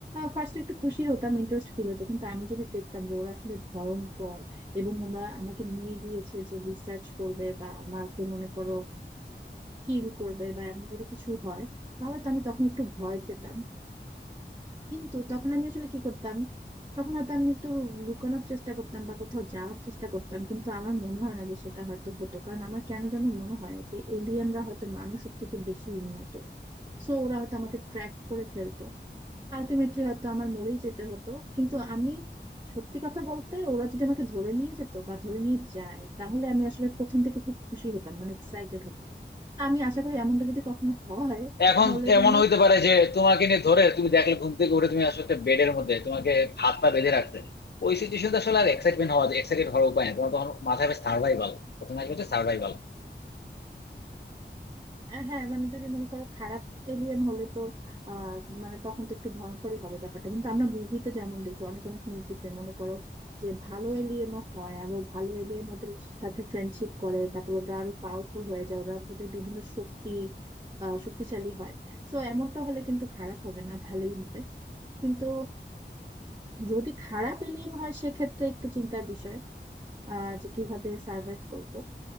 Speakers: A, on the right; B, on the left.
A: ফার্স্ট একটু খুশি হতাম ইন্টারেস্ট ফিল হতো কিন্তু আমি যদি দেখতাম যে ওরা আসলে ভয়ঙ্কর এবং ওরা আমাকে নিয়ে গিয়েছে যে রিসার্চ করবে বা আমাকে মনে করো কিল করবে বা এমন যদি কিছু হয় তাহলে তো আমি তখন একটু ভয় পেতাম কিন্তু তখন আমি আসলে কি করতাম তখন হয়তো আমি একটু লুকানোর চেষ্টা করতাম বা কোথাও যাওয়ার চেষ্টা করতাম কিন্তু আমার মনে হয় না যে সেটা হয়তো হতো কারণ আমার কেন যেন মনে হয় যে এলিয়েনরা হয়তো মানুষের থেকে বেশি উন্নত সো ওরা হয়তো আমাকে ট্র্যাক করে ফেলতো আলটিমেটলি হয়তো আমার মরেই যেতে হতো কিন্তু আমি সত্যি কথা বলতে ওরা যদি আমাকে ধরে নিয়ে যেত বা ধরে নিয়ে যায় তাহলে আমি আসলে প্রথম থেকে খুব খুশি হতাম মানে এক্সাইটেড হতাম আমি আশা করি এমনটা যদি কখনো হয়
B: এখন
A: তাহলে
B: এমন
A: যেন
B: হইতে পারে যে তোমাকে নিয়ে ধরে তুমি দেখলে ঘুম থেকে উঠে তুমি আসলে একটা বেডের মধ্যে তোমাকে হাত পা বেঁধে রাখতে ওই সিচুয়েশন আসলে আর এক্সাইটমেন্ট হওয়া এক্সাইটেড হওয়ার উপায় নেই তোমার তখন মাথায় সার্ভাইভাল প্রথমে আসবে হচ্ছে সার্ভাইভাল
A: আহ হ্যাঁ মানে যদি মনে করো খারাপ এলিয়েন হলে তো আহ মানে তখন তো একটু ভয়ঙ্করই হবে ব্যাপারটা কিন্তু আমরা মুভিতে যেমন দেখি অনেক অনেক মুভিতে মনে করো যে ভালো এলিয়েনও হয় এবং ভালো এলিয়েন ওদের সাথে ফ্রেন্ডশিপ করে তারপর ওরা আরো পাওয়ারফুল হয়ে যায় ওরা ওদের বিভিন্ন শক্তি আহ শক্তিশালী হয় তো এমনটা হলে কিন্তু খারাপ হবে না ভালোই হবে কিন্তু যদি খারাপ এলিয়েন হয় সেক্ষেত্রে একটু চিন্তার বিষয় আহ যে কিভাবে সার্ভাইভ করব